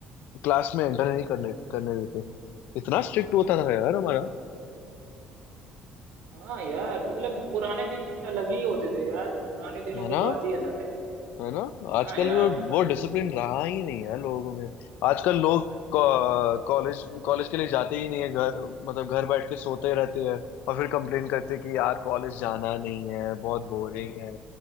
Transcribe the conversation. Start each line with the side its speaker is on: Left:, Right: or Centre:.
Left: क्लास में एंटर नहीं करने करने देते इतना स्ट्रिक्ट होता था यार हमारा
Right: हाँ यार मतलब पुराने दिन अलग ही होते थे यार पुराने दिनों
Left: है
Right: की
Left: ना
Right: बात ही अलग है
Left: है ना
Right: हाँ
Left: आजकल
Right: यार
Left: वो वो डिसिप्लिन
Right: बिल्कुल
Left: रहा ही नहीं है लोगों में आजकल लोग कॉलेज कॉलेज के लिए जाते ही नहीं है घर मतलब घर बैठ के सोते रहते हैं और फिर कंप्लेन करते हैं कि यार कॉलेज जाना नहीं है बहुत बोरिंग है